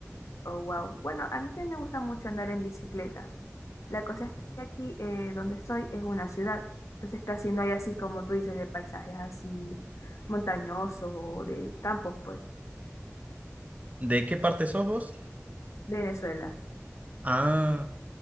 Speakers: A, on the left (about 75°); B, on the right (about 30°).
A: Oh, wow. Bueno, a mí también me gusta mucho andar en bicicleta. La cosa es que aquí eh, donde estoy es una ciudad, entonces casi no hay así como tú dices de paisajes así montañosos o de campos, pues.
B: ¿De qué parte sos vos?
A: Venezuela.
B: Ah,